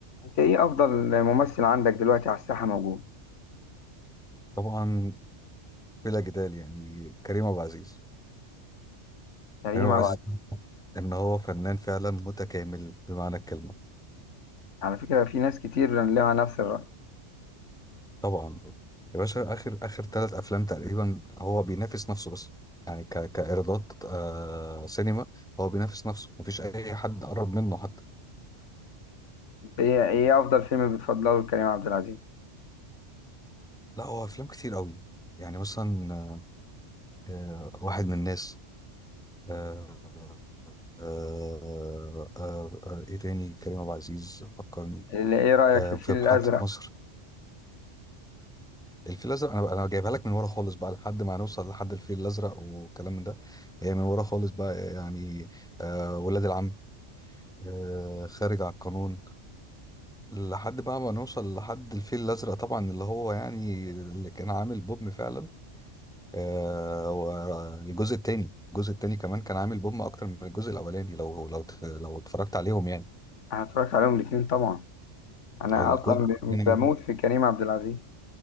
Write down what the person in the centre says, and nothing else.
طبعا بلا جدال يعني كريم عبد العزيز
كريم عبد
العزيز
ان هو فنان فعلا متكامل بمعنى الكلمه
طبعا يا باشا اخر اخر ثلاث افلام تقريبا هو بينافس نفسه بس يعني ك كايرادات آه سينما هو بينافس نفسه مفيش اي حد قرب منه حتى
لا هو افلام كتير قوي يعني مثلا آه واحد من الناس آه آه آه آه آه، ايه تاني كريم عبد العزيز فكرني
آه
في محطه
مصر الفيل الازرق انا بقى انا جايبها لك من ورا خالص بقى لحد ما نوصل لحد الفيل الازرق والكلام من ده هي من ورا خالص بقى يعني آه ولاد العم آه خارج على القانون لحد بقى ما نوصل لحد الفيل الازرق طبعا اللي هو يعني اللي كان عامل بوم فعلا آه والجزء التاني الجزء التاني كمان كان عامل بوم اكتر من الجزء الاولاني لو لو لو اتفرجت عليهم يعني
الجزء
التاني